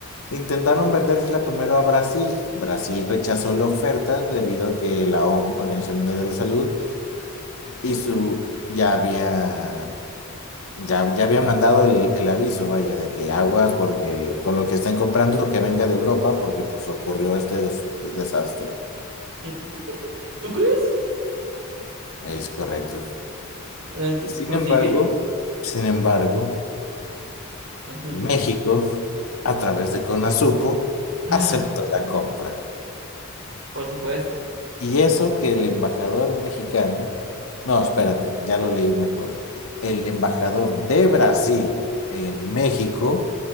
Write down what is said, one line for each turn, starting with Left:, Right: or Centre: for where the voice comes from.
Left: Intentaron vendérsela primero a Brasil. Brasil rechazó la oferta debido a que la OMS, Organización Mundial de la Salud, y su ya había ya, ya habían mandado el, el aviso, vaya, de que aguas porque con lo que están comprando que venga de Europa porque pues ocurrió este des- desastre.
Right: <laughs> ¿Tú crees?
Left: Es correcto.
Right: Eh,
Left: Sin
Right: prosigue.
Left: embargo, sin embargo,
Right: Ujú.
Left: México, a través de CONASUPO,
Right: Ah,
Left: aceptó la compra.
Right: por supuesto.
Left: Y eso que el embajador mexicano, no, espérate, ya lo leí mejor. El embajador de Brasil en México